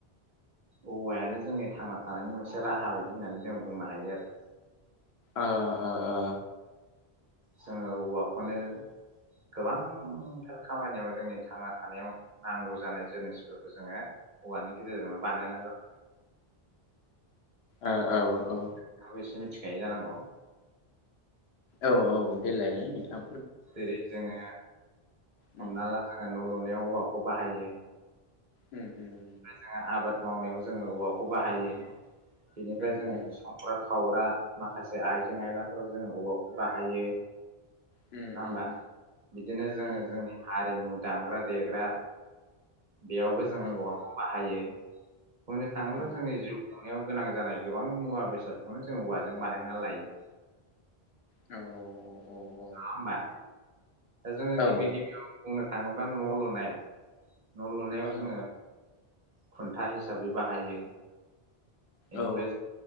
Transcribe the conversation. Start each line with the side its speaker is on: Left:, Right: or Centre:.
Right: औवायानो जोंनि थांना थानायनि मोनसे राहा बायदि होननानै जों बुंनो हायो आरो
Left: ओ ओ ओ
Right: जोङो औवाखौनो गोबांथार खामानियाव जोंनि थांना थानायाव नांगौ जानाय जिनिसफोरखौ जोङो औवानि गेजेरजों नो बानायना ला
Left: ओ औ औ
Right: लानायखौ एसे मिथिखायो जानांगौ
Left: औ औ देलाय नोंथां
Right: जेरै जोङो हमना
Left: उम
Right: ला जोङो न' लुनो औवाखौ बाहायो।
Left: उम उम उम
Right: जोङो आबाद मावनायाव जोङो औवाखौ बाहायो। बेनिफ्राय
Left: उम
Right: जोङो
Left: उम
Right: संग्रा खावग्रा माखासे आयजें आयलाफोराव जोङो औवाखौ बाहायो।
Left: उम
Right: नङा होमबा
Left: उम
Right: बिदिनो जोङो
Left: उम
Right: जोंनि हारिमु दामग्रा देग्रा बेयाव जोङो
Left: उम
Right: औवाखौ बाहायो। बुंनो थाङोब्ला
Left: उम
Right: जोंनि जिउ खुंनायाव गोनां जानाय गोबां मुवा बेसादखौनो जों औवाजों बानायना लायो।
Left: औ औ औ औ
Right: नङा होमबा? जोङो
Left: औ
Right: गिबि गिबियाव बुंनो थाङोबा न' लुनाय न' लुनायाव
Left: औ
Right: जोङो खुन्था हिसाबै बाहायो। बेनिफ्राय।
Left: औ